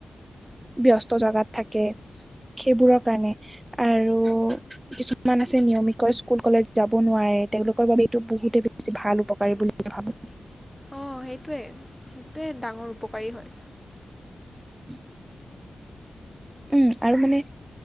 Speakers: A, on the right; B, in the centre.
A: ব্যস্ত জেগাত থাকে, সেইবোৰৰ কাৰণে আৰু কিছুমান আছে নিয়মিকৈ স্কুল, কলেজ যাব নোৱাৰে, তেওঁওলোকৰ বাবে এইটো বহুতে বেছি ভাল উপকাৰী বুলি যে ভাবোঁ।
B: অ সেইটোৱে সেইটোৱে ডাঙৰ উপকাৰী হয়।
A: <inaudible> উম আৰু মানে